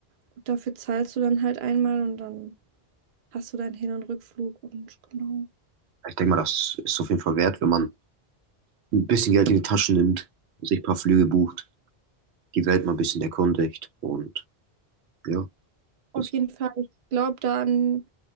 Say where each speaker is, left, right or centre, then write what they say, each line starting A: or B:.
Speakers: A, on the right; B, on the right.
A: gut, dafür zahlst du dann halt einmal und dann hast du deinen Hin- und Rückflug und genau.
B: Ich denke mal, das ist auf jeden Fall wert, wenn man ein bisschen Geld in die Tasche nimmt, sich ein paar Flüge bucht, die Welt mal ein bisschen erkundigt und ja,
A: Auf
B: das,
A: jeden Fall, ich glaube da an.